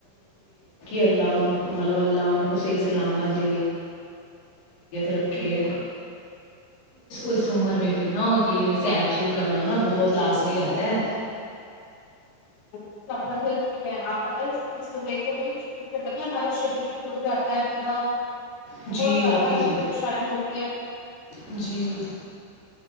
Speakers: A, on the left (about 55°); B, on the left (about 70°).
A: اللہ انکو سہی سلامت رکھے اس امر مے بھی سہی وو کرنا بہت لجمی رہتا ہے
B: ب زیادہ ضروری ہے آپ اڈل بھی ہمارا شریر کو جاتا ہے پورا
A: جی
B: بہت زیادہ
A: آپ ہی
B: ہمیں
A: جی
B: پریشانی ہوتی ہے
A: جی